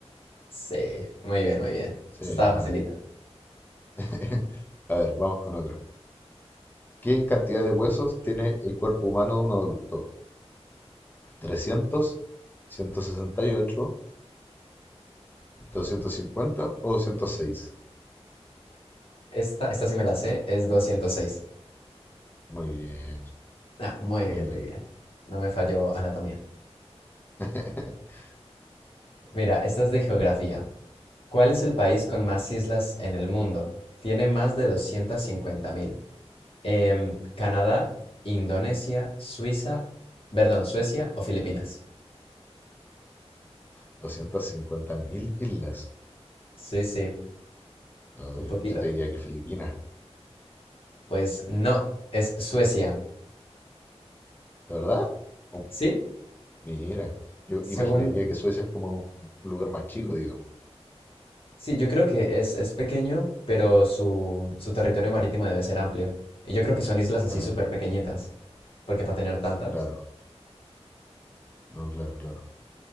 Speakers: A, on the left (about 55°); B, on the left (about 15°).
A: Sí, muy bien, muy bien.
B: Sí.
A: Esta estaba facilita.
B: <laughs> A ver, vamos con otra. ¿Qué cantidad de huesos tiene el cuerpo humano de un adulto? Trescientos, ciento sesenta y ocho, doscientos cincuenta o 206.
A: Esta, esta sí me la sé, es 206.
B: Muy bien,
A: Ah, muy
B: muy
A: bien, muy
B: bien.
A: bien. No me falló anatomía.
B: <laughs>
A: Mira, esta es de geografía. ¿Cuál es el país con más islas en el mundo? Tiene más de doscientos cincuenta mil. Em, Canadá, Indonesia, Suiza, perdón, Suecia o Filipinas.
B: doscientas cincuenta mil islas.
A: Sí, sí,
B: Ay,
A: un poquito.
B: yo te diría que Filipinas,
A: Pues no, es Suecia.
B: ¿de verdad? Oh,
A: Sí,
B: mira, yo
A: según,
B: imaginaría que Suecia es como un, un lugar más chico, digamos.
A: sí, yo creo que es, es pequeño, pero su, su territorio marítimo debe ser amplio. Y yo creo que son islas así
B: Ah,
A: súper pequeñitas, porque para tener tantas,
B: claro, no, claro, claro.